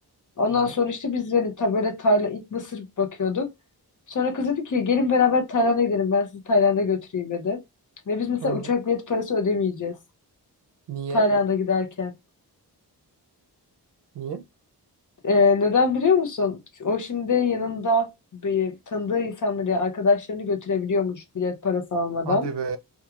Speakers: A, on the left; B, on the right.
A: Ondan
B: evet.
A: sonra işte biz hani ta böyle Tayland, ilk Mısır bakıyorduk. Sonra kız dedi ki gelin beraber Tayland'a gidelim ben sizi Tayland'a götüreyim dedi. Ve biz mesela
B: Hı.
A: uçak bilet parası ödemeyeceğiz
B: Niye?
A: Tayland'a giderken.
B: Niye?
A: Ee, neden biliyor musun? O şimdi yanında bir tanıdığı insanları, yani arkadaşlarını götürebiliyormuş bilet parası almadan.
B: Hadi be.